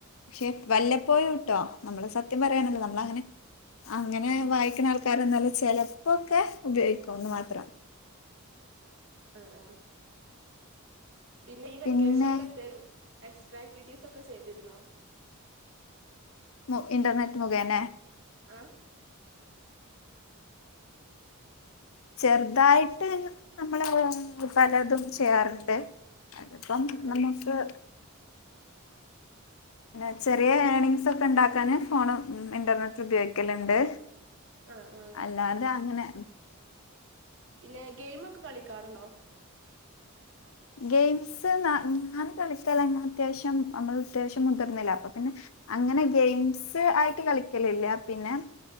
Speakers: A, on the left; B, on the right.
A: ക്ഷേ വല്ലപ്പോഴും ട്ടോ നമ്മള്
B: ആ
A: സത്യം പറയാനല്ലെ നമ്മ്ളങ്ങനെ അങ്ങനെ വായിക്ക്ണാൾക്കാരൊന്നല്ല ചെലപ്പോക്കെ ഉപയോഗിക്കുംന്ന് മാത്രം.
B: ആ ആ പിന്നെ ഈ വെക്കേഷൻലെന്തേലും
A: പിന്നെ
B: എക്സ് സ്ട്രാക്ടിവിറ്റീസ് ഒക്കെ ചെയ്തിരുന്നോ?
A: മു ഇന്റർനെറ്റ് മുഖേനെ
B: ആ
A: ചെറുതായിട്ട് നമ്മള് പലതും ചെയ്യാറുണ്ട്. അതിപ്പം
B: ആ ആ
A: നമുക്ക് ന്നെ ചെറിയ ഏണിങ്സൊക്കെ ഇണ്ടാക്കാന് ഫോണും ഇന്റർനെറ്റ് ഉപയോഗിക്കലിണ്ട്.
B: ആ ആ
A: അല്ലാതെ അങ്ങനെ
B: പിന്നെ ഗെയിമൊക്കെ കളിക്കാറുണ്ടോ?
A: ഗെയിംസ് നാ ഞാൻ കളിക്കലങ്ങനത്യാവശ്യം നമ്മളത്യാവശ്യം മുതിർന്നില്ലേ അപ്പോ പിന്നെ അങ്ങനെ ഗെയിംസ് ആയിട്ട് കളിക്കലില്ല്യ, പിന്നെ